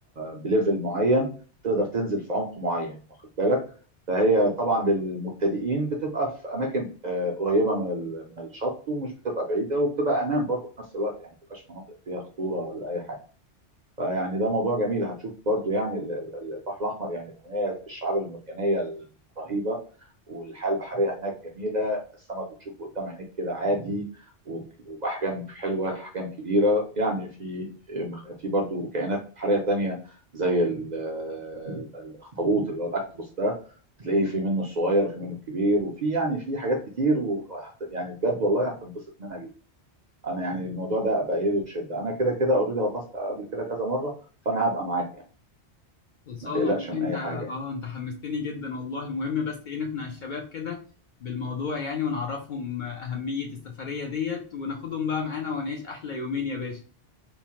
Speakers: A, on the right (about 50°); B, on the left (about 55°).
A: بليفل معين تقدر تنزل في عمق معين واخد بالك فهي طبعا للمبتدئين بتبقى في اماكن آه، قريبه من من الشط ومش بتبقى بعيده وبتبقى امان برضه في نفس الوقت يعني ما بتبقاش مناطق فيها خطوره ولا اي حاجه فيعني ده موضوع جميل هتشوف برضو يعني ال- ال- ال- البحر الأحمر يعني يتميز بالشعاب المرجانية الرهيبة والحياة البحرية هناك جميلة انت السمك بتشوفه قدام عينيك كده عادي و- وبأحجام حلوة أحجام كبيرة يعني في في برضو كائنات بحرية تانية زي ال- الأخطبوط اللي هو الأكتوبوس ده تلاقيه في منه الصغير وفي منه الكبير وفي يعني في حاجات كتير و... يعني بجد والله هتنبسط منها جدا. انا يعني الموضوع ده بايده بشده انا كده كده اوريدي غطست قبل كده كذا مره فانا هبقى معاك يعني
B: خلصانة
A: ما تقلقش
B: والله
A: من اي
B: انت
A: حاجه
B: اه انت حمستني جدا والله المهم بس ايه نقنع الشباب كده بالموضوع يعني ونعرفهم أهمية السفرية ديت وناخدهم بقى معانا ونعيش أحلى يومين يا باشا